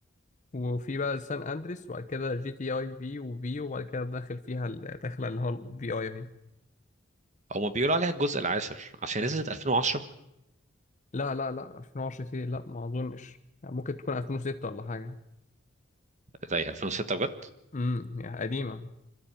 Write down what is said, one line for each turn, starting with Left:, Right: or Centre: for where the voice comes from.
Left: وفي بقى سان اندريس وبعد كده جي تي اي في وفي وبعد كده داخل فيها الداخله اللي هو الفي اي اهي
Right: هما بيقولوا عليها الجزء العاشر عشان نزلت 2010
Left: لا لا لا 2010 ايه لا ما اظنش يعني ممكن تكون 2006 ولا حاجه
Right: زي 2006 بجد
Left: امم يعني قديمه